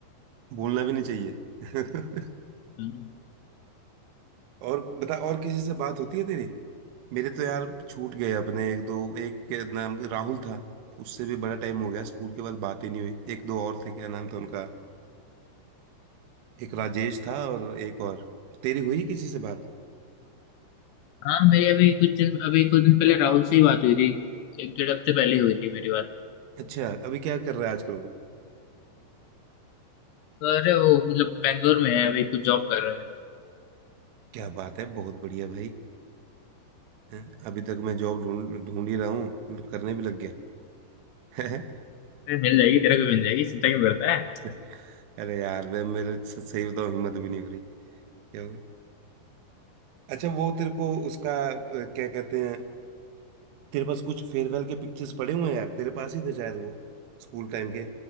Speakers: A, on the right; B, on the left.
A: भूलना भी नहीं चाहिए <laughs>
B: हम्म।
A: और बता और किसी से बात होती है तेरी मेरे तो यार छूट गए अपने एक दो एक के नाम राहुल था उससे भी बड़ा टाइम हो गया स्कूल के बाद बात ही नहीं हुई एक दो और थे क्या नाम था उनका एक राजेश था और एक और तेरी हुई किसी से बात
B: हाँ मेरी अभी कुछ दिन अभी कुछ दिन पहले राहुल से ही बात हुई थी एक डेढ़ हफ्ते पहले ही हुई थी मेरी बात
A: अच्छा अभी क्या कर रहा है आजकल वो
B: तो अरे वो मतलब बैंगलोर में है अभी कुछ जॉब कर रहा है
A: क्या बात है बहुत बढ़िया भाई हैं? अभी तक मैं जॉब ढूंढ ढूंढ ही रहा हूँ मतलब करने भी लग गया
B: अरे मिल जाएगी तेरे को मिल जाएगी चिंता क्यों करता है
A: <laughs> अरे यार मैं मेरे स- सही बताऊं हिम्मत भी नहीं हो रही क्या हुआ अच्छा वो तेरे को उसका अ, क्या कहते हैं तेरे पास कुछ फेयरवेल के पिक्चर्स पड़े हुए हैं यार तेरे पास ही थे शायद वो स्कूल टाइम के